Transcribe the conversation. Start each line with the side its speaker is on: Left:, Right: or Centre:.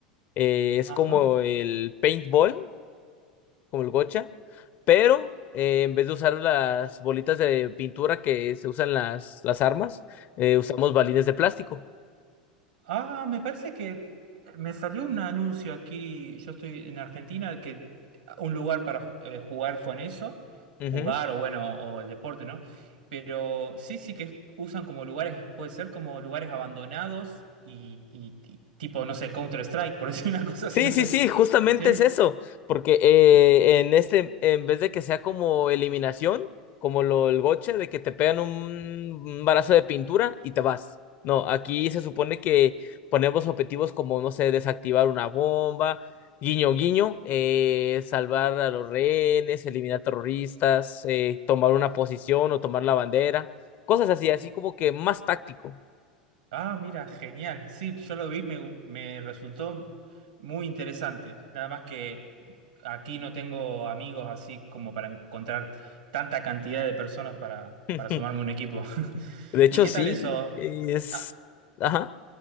Left: Eh, es
Right: Ajá.
Left: como el paintball, como el gocha, pero eh, en vez de usar las bolitas de pintura que se usan las, las armas, eh, usamos balines de plástico.
Right: Ah, me parece que me salió un anuncio aquí, yo estoy en Argentina, que un lugar para ju- eh, jugar con eso,
Left: Ujú.
Right: jugar o bueno, o el deporte, ¿no? Pero sí, sí que usan como lugares, puede ser como lugares abandonados y, y- y tipo, no sé, Counter-Strike, por <laughs> decir una cosa
Left: Sí,
Right: así, no sé.
Left: sí, sí, justamente
Right: ¿Sí?
Left: es eso, porque eh, en este, en vez de que sea como eliminación, como lo el goche, de que te pegan un un balazo de pintura y te vas. No, aquí se supone que ponemos objetivos como, no sé, desactivar una bomba, guiño, guiño, eh, salvar a los rehenes, eliminar terroristas, eh, tomar una posición o tomar la bandera, cosas así, así como que más táctico.
Right: Ah, mira, genial. Sí, yo lo vi, me, me resultó muy interesante. Nada más que aquí no tengo amigos así como para encontrar tanta cantidad de personas para,
Left: <laughs>
Right: para sumarme a un equipo. <laughs>
Left: De hecho,
Right: ¿Y qué
Left: sí,
Right: tal eso?
Left: es...
Right: Ha-
Left: Ajá,